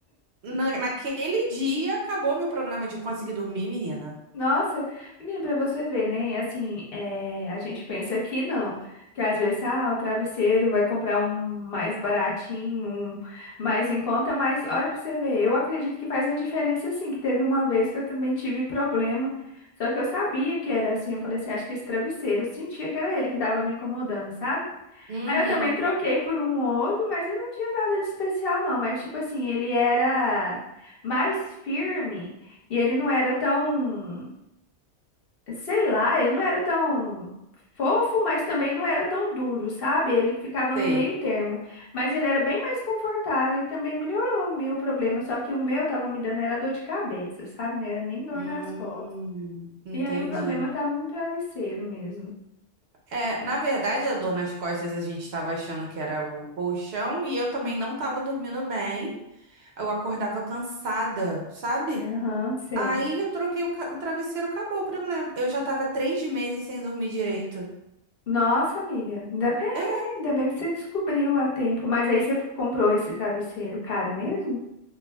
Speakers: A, on the right (about 65°); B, on the left (about 55°).
A: Na- naquele dia acabou meu problema de conseguir dormir, menina.
B: Nossa, menina, pra você ver, né? E assim, é, a gente pensa que não, que às vezes, ah, o travesseiro vai comprar um mais baratinho, um mais em conta, mas olha pra você ver, eu acredito que faz uma diferença sim, que teve uma vez que eu também tive problema, só que eu sabia que era assim, eu falei assim, acho que esse travesseiro, eu sentia que era ele que tava me incomodando, sabe?
A: Uhum,
B: Aí eu também troquei por um outro, mas ele não tinha nada de especial não, mas tipo assim, ele era mais firme e ele não era tão sei lá, ele não era tão fofo, mas também não era tão duro, sabe? Ele ficava
A: tem.
B: no meio termo, mas ele era bem mais confortável e também melhorou o meu problema, só que o meu tava me dando era dor de cabeça, sabe? Não era nem dor
A: Hum,
B: nas costas.
A: entendi.
B: E aí o problema tava no travesseiro mesmo.
A: É, na verdade, a dor nas costas a gente estava achando que era o colchão e eu também
B: Uhum.
A: não estava dormindo bem. Eu acordava cansada, sabe?
B: Aham, sei.
A: Aí eu troquei o, ca- o travesseiro, acabou o problema. Eu já estava três meses sem dormir direito.
B: Nossa, amiga, ainda bem,
A: É,
B: né? Ainda bem que você descobriu a tempo. Mas aí você comprou esse travesseiro caro mesmo?